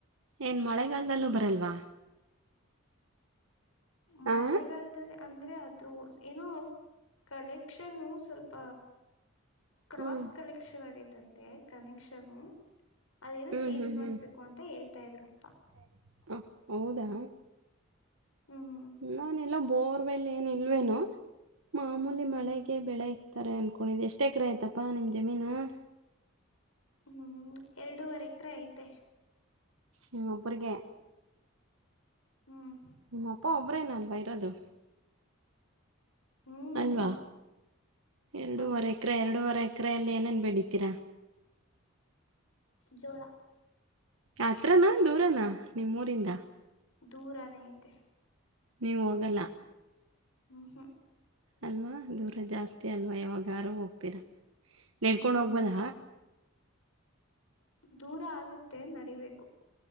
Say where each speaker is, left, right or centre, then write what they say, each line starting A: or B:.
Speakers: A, on the right; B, on the left.
A: ಏನು ಮಳೆಗಾಲದಲ್ಲೂ ಬರಲ್ವಾ.
B: ಮಳೆಗಾಲದಲ್ಲಿ
A: ಆ
B: ಅಂದ್ರೆ ಅದು ಏನೋ ಕಲೆ ಕ್ಷನ್ ಸ್ವಲ್ಪ ಕ್ರಾಸ್
A: ಹ್ಮ್.
B: ಕಲೆಕ್ಷನ್ ಆಗೈತ. ಮತ್ತೆ ಕನೆಕ್ಷನ ಅದೇನ
A: ಹ್ಮ್,
B: ಚೇಂಜ್
A: ಹ್ಮ್,
B: ಮಾಡಸ್ಬೇಕು
A: ಹ್ಮ್.
B: ಅಂತ ಹೇಳ್ತಾ ಇದ್ರು ಅಪ್ಪ.
A: ಇದ್ರು. ಓಹ್! ಹೌದಾ.
B: ಹ್ಮ್
A: ನಾನ ಎಲ್ಲ ಬೋರ್ವೆಲ್ ಏನ್ ಇಲ್ವೇನು. ಮಾಮೂಲಿ ಮಳೆಗೆ ಬೆಳೆ ಇಕ್ತಾರೆ ಅನ್ಕೊಂಡಿದ್ದ್ ಎಷ್ಟ ಎಕರೆ ಆಯ್ತಪ್ಪಾ ನಿಮ್ ಜಮೀನು. <inaudible>
B: ಹ್ಮ್ ಎರಡೂವರೆ ಎಕರೆ ಐತೆ
A: ನಿಮ್ಮೊಬ್ಬರಿಗೆ
B: ಹ್ಮ್
A: ನಿಮ್ಮಪ್ಪ ಒಬ್ರೇ ನನ್ ಬೈರೋದು
B: ಹ್ಮ್
A: ಅಲ್ವಾ ಎರಡವರೆ
B: ಹೌದು
A: ಎಕರೆ ಎರಡೂವರೆಕ ಸಕ್ರೆಯಲ್ಲಿ ಏನೇನ್ ಬೆಳಿತೀರಾ.
B: ಜೋರ
A: ಯತ್ರನಾ ದೂರನಾ ನಿಮ್ಮೂರಿಂದ.
B: ದೂರಾನೇ ಐತೆ.
A: ನೀವು ಹೋಗಲ್ಲ.
B: ಹ್ಮ ಹಾ.
A: ಅಲ್ವಾ ದೂರ ಜಾಸ್ತಿ ಅಲ್ವಾ ಯಾವಾಗಾರು ಹೋಗ್ತ ನೆಡ್ಕೊಂಡೊಗ್ಬೊದ.
B: ಹ್ಮ್ ದೂರ ಆಗತ್ತೆ ನಡಿಬೇಕು.